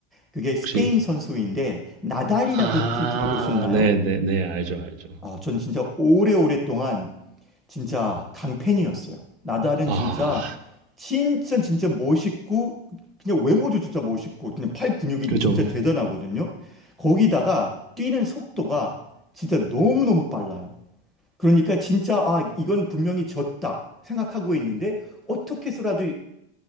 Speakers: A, in the centre; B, on the right.
A: 그게 스페인
B: 혹시
A: 선수인데 나달이라고
B: 아
A: 혹시 들어보셨나요?
B: 네네네. 알죠, 알죠.
A: 아, 전 진짜 오래오랫동안 진짜 강팬이었어요. 나달은
B: 아.
A: 진짜 진짜 진짜 멋있고 그냥 외모도 진짜 멋있고 그냥 팔 근육이
B: 그죠.
A: 진짜 대단하거든요. 거기다가 뛰는 속도가 진짜 너무너무 빨라요. 그러니까 진짜 아 이건 분명히 졌다 생각하고 있는데 어떻게 해서라도